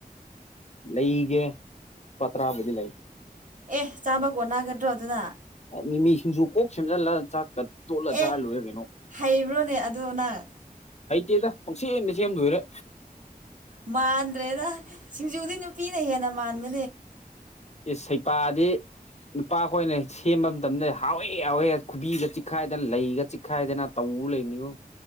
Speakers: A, on the left; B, on the right.
A: ꯂꯩꯒꯦ ꯂꯨꯄꯥ ꯇꯔꯥꯕꯨꯗꯤ ꯂꯩ
B: ꯑꯦ ꯆꯥꯕ ꯀꯣ ꯅꯥꯒꯗ꯭ꯔꯣ ꯑꯗꯨꯅ
A: ꯃꯤꯃꯤ ꯁꯤꯡꯖ ꯀꯣꯛ ꯁꯦꯝꯖꯤꯜꯂꯒ ꯆꯥꯛꯀ ꯇꯣꯠꯂ
B: ꯑꯦ
A: ꯆꯥꯔ ꯂꯣꯏꯔꯦ ꯀꯩꯅꯣ
B: ꯍꯩꯕ꯭ꯔꯣꯅꯦ ꯑꯗꯨꯗ ꯅꯪ
A: ꯍꯩꯇꯦꯗ ꯄꯪꯁꯟꯅ ꯁꯦꯝ ꯂꯣꯏꯔꯦ
B: ꯃꯥꯟꯗ꯭ꯔꯦꯗ ꯁꯤꯡꯖꯨꯗꯤ ꯅꯨꯄꯤꯅ ꯍꯦꯟꯅ ꯃꯥꯟꯕ
A: ꯁꯩꯄꯥꯗꯤ ꯅꯨꯄꯥꯈꯣꯏꯅ ꯁꯦꯝꯕ ꯃꯇꯝꯗ ꯍꯥꯎꯋꯦ ꯍꯥꯎꯋꯦ ꯈꯨꯕꯤꯒ ꯆꯤꯛꯈꯥꯏꯗꯅ ꯂꯩꯒ ꯠ ꯈꯥꯏꯗꯅ ꯇꯧ ꯂꯩꯅꯤꯉꯣ